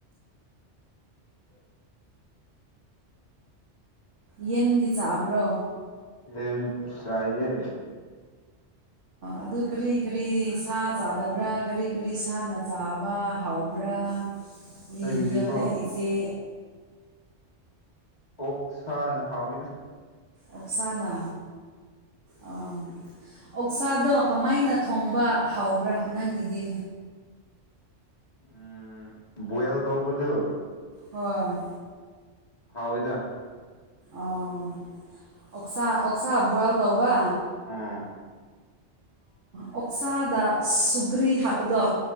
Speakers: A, on the left; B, on the right.
A: ꯍ
B: ꯌꯦꯟꯗꯤ ꯆꯥꯕ꯭ꯔꯣ
A: ꯂꯩ ꯆꯥꯏꯌꯦ
B: ꯑꯗꯨ ꯀꯔꯤ ꯀꯔꯤ ꯁꯥ ꯆꯥꯗꯕ꯭ꯔꯥ ꯀꯔꯤ ꯀꯔꯤ ꯁꯥꯅ ꯆꯥꯕ ꯍꯥꯎ ꯇꯕ꯭ꯔꯥ ꯂꯤꯕꯤꯌꯅꯦ
A: ꯑꯩꯒꯤꯗꯤꯀꯣ
B: ꯏꯆꯦ
A: ꯑꯣꯁꯥꯅ ꯍꯥꯎꯋꯏꯅ
B: ꯑꯣꯞꯁꯅꯥ ꯑ ꯑꯣꯛꯁꯥꯗꯣ ꯀꯃꯥꯏꯅ ꯊꯣꯡꯕ ꯍꯥꯎꯕ꯭ꯔꯥ ꯅꯪꯒꯤꯗꯤ
A: ꯎꯝ ꯕꯣꯏꯜ ꯇꯧꯕꯗꯨ
B: ꯍꯣꯏ
A: ꯍꯥꯎꯗ
B: ꯑꯣ ꯑꯣꯁꯥ ꯑꯣꯛꯁꯥ ꯕꯨꯔꯥꯜ ꯇꯧꯕ
A: ꯎꯝ
B: ꯑꯣꯛꯁꯥꯗ ꯁꯨꯒ꯭ꯔꯤ ꯍꯥꯞꯄꯗꯣ